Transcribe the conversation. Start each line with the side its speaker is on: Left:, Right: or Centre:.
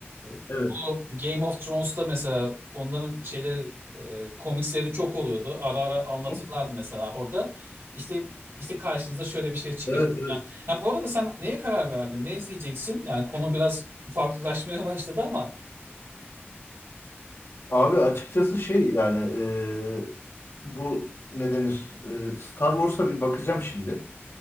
Right: bu
Left: Evet.
Right: Game of Thrones'ta mesela onların şeyleri e, komiksleri çok oluyordu. Ara ara anlatırlardı
Left: Hı.
Right: mesela orada. İşte işte karşınıza şöyle bir şey çıkacak.
Left: Evet evet.
Right: Yani ha, bu arada sen neye karar verdin? Ne izleyeceksin? Yani konu biraz farklılaşmaya başladı ama yani
Left: Abi açıkçası şey yani e, bu ne denir? E, Star Wars'a bir bakacağım şimdi.